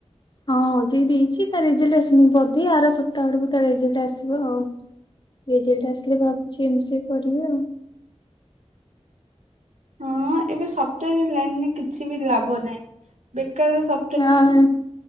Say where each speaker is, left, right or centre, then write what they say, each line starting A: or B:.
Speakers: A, on the left; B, on the right.
A: ହଁ ଓ ଜେ ଇ ଦେଇଚି ତାର ରେଜଲଟ ଆସନି ବଧେ ଆର ସପ୍ତାହ ଆଡ଼କୁ ଟା ରେଜଲ୍ଟ ଆସିବ ଆଉ। ରେଜଲ୍ଟ ଆସିଲେ ଭାବୁଚି ଏମ୍ ସି ଏ କରିବି ଆଉ।
B: ହ ଏବେ ସପ୍ଟୱେୟାର ଲାଇନରେ କିଛି ବି ଲାଭ ନାହିଁ। ବେକାର ସ
A: ଆଁ